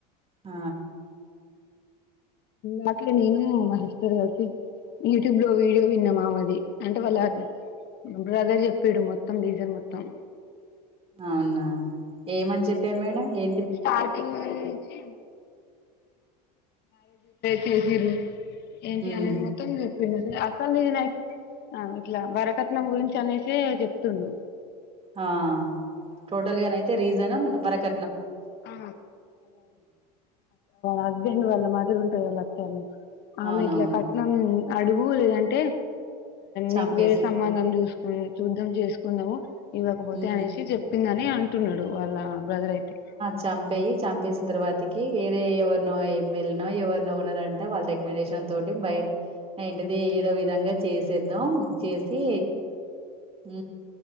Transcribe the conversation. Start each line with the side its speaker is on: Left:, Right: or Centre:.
Right: ఆ
Left: దాంట్లో నేను మా సిస్టర్ కలిసి యూట్యూబ్ లో వీడియో విన్నా మామెది అంటే వాళ్ళ బ్రదర్ చెప్పిడు మొత్తం రీజన్ మొత్తం
Right: అవునా ఏమని చెప్పారు మేడం ఎ
Left: స్టార్టింగ్ నుంచి <unintelligible> ఏంటి
Right: ఉమ్
Left: అనేది మొత్తం చెప్ ఆ ఇట్లా వరకట్నం గురించి అనేసి చెప్తుండు
Right: ఆ టోటల్ గానయితే రీజన్ వరక
Left: అ హస్బెం ఎ మధర ఉంటయి అం ఆమె
Right: అవునవును
Left: ఇట్లా కట్నం అడుగు లేదంటే
Right: చంపేసి
Left: నీకు వేర సంబంధం చూసుకో చూద్దం చేసుకుందాము ఇవ్వకపోతే
Right: ఉమ్
Left: అనేసి చెప్పిందని అ అంటున్నాడు అలా బ్రదర్ అయితే
Right: చంపి చంపేసిన తర్వాతకి వేరే ఎవరినో ఎమ్మెల్య నో ఎవరినో ఉనర్ అంటే వాళ్ళ రికమెండేషన్ తోటి బయ ఏంటిది ఏదో విధంగా చేసి చేసి హ